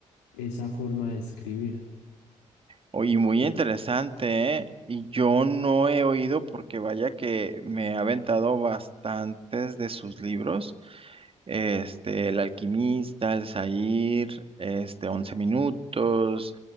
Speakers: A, on the left; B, on the right.
A: esa forma de escribir.
B: Oye, muy interesante, ¿eh? Y yo no he oído porque vaya que me he aventado bastantes de sus libros. Este, El Alquimista, El Zahir, este, Once Minutos,